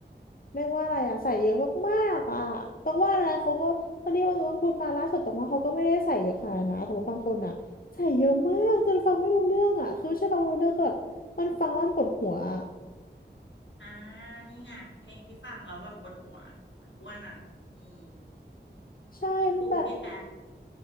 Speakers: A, on the left; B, on the left.
A: เรียกว่าอะไรอ่ะใส่เยอะมากๆอ่ะต้องว่านะเขาก็คนที่ว่าตัวพูดมาล่าสุดต้องว่าเขาก็ไม่ได้ใส่เยอะขนาดนั้นนะแต่ว่าบางคนอ่ะใส่เยอะมากจนฟังไม่รู้เรื่องอ่ะคือไม่ใช่ฟังไม่รู้เรื่องคือแบบมันฟังแล้วมันปวดหัวอะ
B: อ่านี่ไงเพลงที่ฟังแล้วแบบปวดหัวเหมือนอ้วนอ่ะอืม
A: ใช่มันแบบ
B: พี่ปูพี่แอด <laughs>